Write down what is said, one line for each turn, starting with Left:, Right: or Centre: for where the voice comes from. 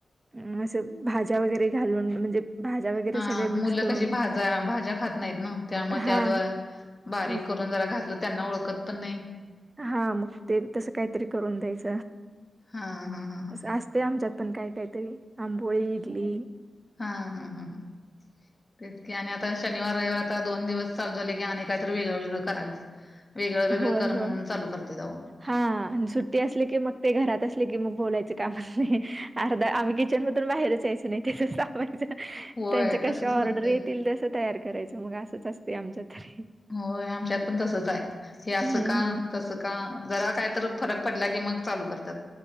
Right: अ असं भाज्या वगैरे घालून म्हणजे भाज्या वगैरे
Left: हा
Right: सगळे मिक्स
Left: मुलं
Right: करून
Left: कशी भाज्या भाज्या खात नाहीत ना. त्या मग
Right: हा
Left: त्याद बारीक
Right: मग
Left: करून जरा घातलं त्यांना ओळखत पण नाही.
Right: हा मग ते तस काहीतरी करून द्यायच.
Left: हा हा हा हा
Right: अस आस ते आमच्यात पण काही काही ते आंबोळी, इडली
Left: हा हा हा हा तेच की आणि आता शनिवार रविवार आता दोन दिवस चालू झाले की आणि काहीतरी वेगळं वेगळं कराल. वेगळं वेगळं
Right: होय
Left: कर म्हणून
Right: होय
Left: चालू करत्यात अहो.
Right: हा आणि सुट्टी असली की मग ते घरात असले की मग बोलायचे काम नाही. अर्धा आम्ही किचन मधून बाहेर जायचं नाही. तिथेच थांबायच.
Left: होय
Right: त्यांच्या
Left: तसच
Right: कशा
Left: होतय
Right: ऑर्डर येतील तस तयार करायचं मग असंच असते आमच्या तरी.
Left: होय आमच्यात पण तसच आहे. हे अस
Right: हम्म
Left: का
Right: हम्म
Left: तस का जरा काय तर फरक पडला की मग चालू करतात.